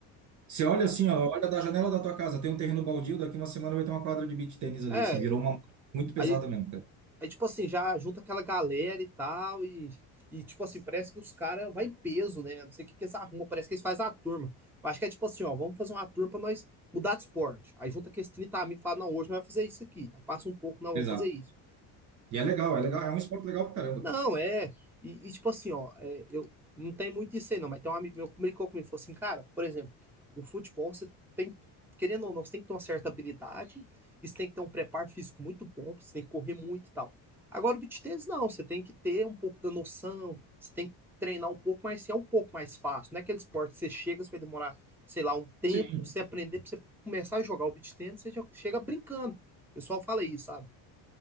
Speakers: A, on the right; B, in the centre.
A: Você olha assim, ó, olha da janela da tua casa, tem um terreno baldio, daqui uma semana vai ter uma quadra de beach tênis ali,
B: É,
A: assim, virou uma muito pesada
B: aí,
A: mesmo, cara.
B: Aí, tipo assim, já junta aquela galera e tal, e, e tipo assim, parece que os caras vai em peso, né? Não sei o que, que eles arrumam, parece que eles fazem a turma. Eu acho que é tipo assim, ó, vamos fazer uma turma pra nós mudar de esporte. Aí junta aqueles 30 amigos e fala, não, hoje nós vamos fazer isso aqui. Aí passa um pouco, não, vamos
A: Exato.
B: fazer isso.
A: E é legal, é legal, é um esporte legal pra caramba,
B: Não,
A: cara.
B: é. E, e, tipo assim, ó, é, eu não tem muito isso aí, não, mas tem um amigo meu que brincou comigo, falou assim, cara, por exemplo, o futebol você tem, querendo ou não, você tem que ter uma certa habilidade, e você tem que ter um preparo físico muito bom, você tem que correr muito e tal. Agora, o beach tennis, não, você tem que ter um pouco da noção, você tem que treinar um pouco, mas é um pouco mais fácil. Não é aquele esporte que você chega, você vai demorar, sei lá, um tempo
A: Sim.
B: pra você aprender, pra você começar a jogar o beach tennis, você já chega brincando. O pessoal fala isso, sabe?